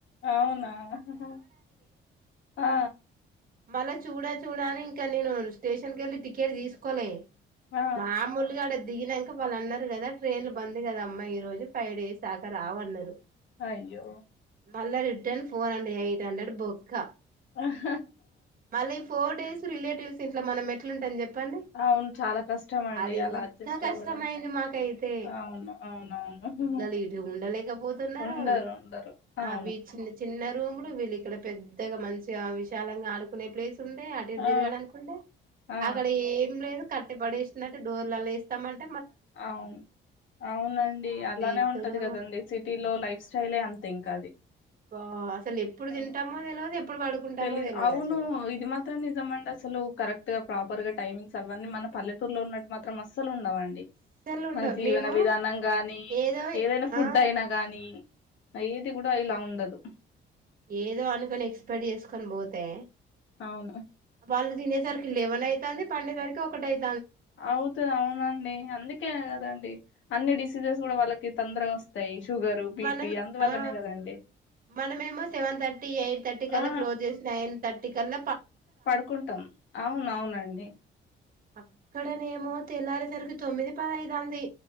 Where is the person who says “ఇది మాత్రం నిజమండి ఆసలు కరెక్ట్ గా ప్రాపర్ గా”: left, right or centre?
Left